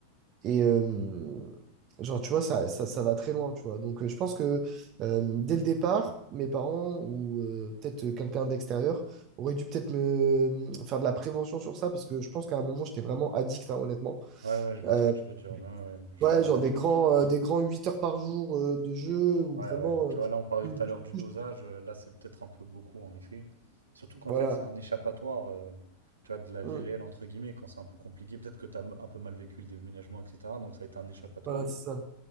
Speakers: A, on the right; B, on the right.
A: Et, euh, genre, tu vois, ça, ça, ça va très loin, tu vois. Donc, euh, je pense que euh, dès le départ, mes parents ou euh, peut-être quelqu'un d'extérieur aurait dû peut-être me faire de la prévention sur ça, parce que je pense qu'à un moment, j'étais vraiment addict, hein, honnêtement.
B: Ouais, ouais, je vois
A: Euh,
B: ce que tu veux dire. Ouais, ouais, je-
A: ouais, genre des grands, euh, des grands 8 heures par jour euh, de jeu où
B: ouais,
A: vraiment
B: ouais. Tu
A: euh,
B: vois, là, on parlait
A: tu,
B: tout à l'heure
A: tu
B: du
A: touches.
B: dosage. euh, Là, c'est peut-être un peu beaucoup, en effet. Surtout qu'en
A: Voilà.
B: fait, c'est un échappatoire, euh, tu vois, de la vie
A: Mm.
B: réelle, entre guillemets, quand c'est un peu compliqué. Peut-être que tu as un peu mal vécu le déménagement, etc. Donc, ça a été un échappatoire.
A: Voilà, c'est ça.